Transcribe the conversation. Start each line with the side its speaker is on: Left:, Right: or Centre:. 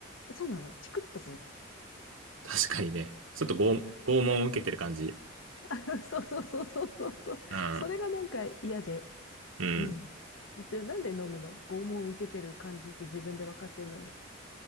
Left: う。そうなの、チクッとくるじゃ
Right: 確かにね。ちょっと拷、拷問を受けてる感じ。
Left: ん。<laughs> そうそうそうそうそうそう。
Right: うん、
Left: それがなんか嫌で、
Right: うん。
Left: うん。じゃあなんで飲むの拷問を受けてる感じって自分で分かってるのに。